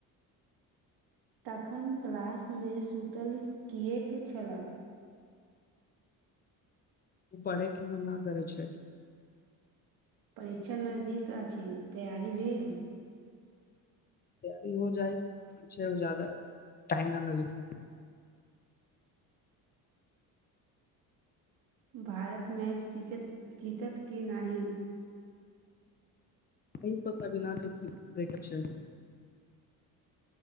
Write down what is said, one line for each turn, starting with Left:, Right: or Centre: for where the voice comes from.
Right: तखन क्लासमे सुतल किएक छल
Left: ओ पड़े कि मन न करे छै
Right: परीक्षा नजदीक अछि तैयारी भेल
Left: तैयारी हो जाइ जादा टाइम न लगेत <unintelligible>
Right: भारत मैच जीतत जीतत कि नाहि
Left: एहि पता भी न देखे छै